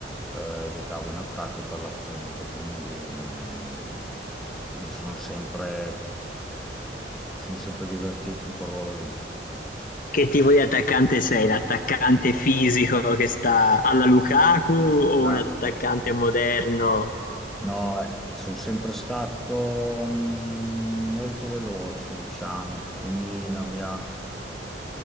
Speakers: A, in the centre; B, on the left.
A: eh, giocavo in attacco per l'appunto, quindi mh, mi sono sempre, sono sempre divertito in quel ruolo lì.
B: Che tipo di attaccante sei? L'attaccante fisico che sta alla Lukaku o
A: Ah,
B: un attaccante moderno?
A: No, eh, sono sempre stato mh, molto veloce, diciamo, quindi la mia